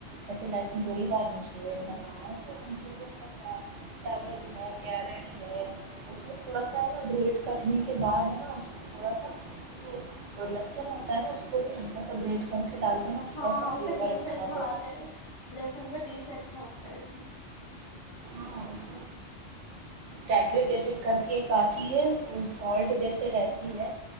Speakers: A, on the right; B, on the left.
A: ویسے لائف میں دو ہی بار منچورین بناانا ہے تو منچورن کا کیا کیبج ہے کیرٹ ہے اس میں تھوڑا سا ہے نا گریٹ کرنے کے بعد ہے نا اس میں تھوڑا سا جو لسن ہوتا ہے نا اس کو بھی ہلکا سا گریٹ کر کے ڈال دو نا تھوڑا
B: ہاں
A: سا
B: ہاں اس
A: فلیور
B: کا ٹیسٹ اچھا
A: دے
B: آتا ہے لہسن کا ٹیسٹ اچھا ہوتا ہے اس میں
A: اں اس ایڈ کر کے ایک آتی ہے وہ سالٹ جیسے رہتی ہے